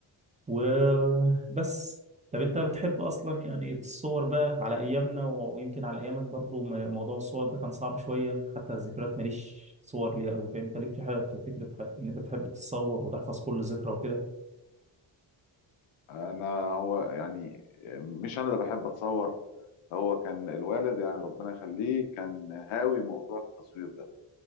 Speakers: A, on the right; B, on the left.
A: وبس طب انت بتحب اصلا يعني الصور بقى على ايامنا ويمكن على ايامك برضو م- موضوع الصور ده كان صعب شوية حتى الذكريات ماليش صور ليها قوي فانت ليك في حاجة في فكرة ح- ان انت بتحب تتصور وتحفظ كل ذكرى وكده
B: انا هو يعني مش انا اللي بحب اتصور هو كان الوالد يعني ربنا يخليه كان هاوي موضوع التصوير ده